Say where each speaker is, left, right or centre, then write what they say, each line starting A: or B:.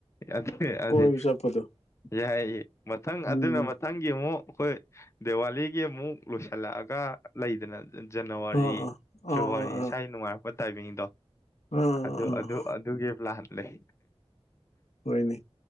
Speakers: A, on the left; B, on the left.
A: ꯑꯖ ꯀ ꯑꯖ
B: ꯀꯣꯏꯕ ꯆꯠꯄꯗꯣ
A: ꯌꯥꯏꯌꯦ ꯃꯊꯪ
B: ꯎꯝ
A: ꯑꯗꯨꯅ ꯃꯊꯪꯒꯤ ꯑꯃꯨꯛ ꯑꯩꯈꯣꯏ ꯗꯤꯋꯥꯂꯤꯒꯤ ꯑꯃꯨꯛ ꯂꯣꯏꯁꯤꯜꯂꯛꯑꯒ ꯂꯩꯗꯅ ꯖꯅꯋꯥꯔꯤ
B: ꯑꯥ ꯑꯥ
A: ꯐꯦꯕꯋꯥꯔꯤ
B: ꯑꯥ ꯑꯥ
A: ꯏꯁꯋꯥꯥꯏ
B: ꯑꯥ
A: ꯅꯨꯡꯉꯥꯏ ꯇꯥꯏꯕꯤꯡꯗꯣ
B: ꯑꯥ ꯑꯥ
A: ꯑꯗꯨ
B: ꯑꯥ
A: ꯑꯗꯨ ꯑꯗꯨꯒꯤ ꯄ꯭ꯂꯥꯟ ꯂꯩ
B: ꯍꯣꯏꯅꯦ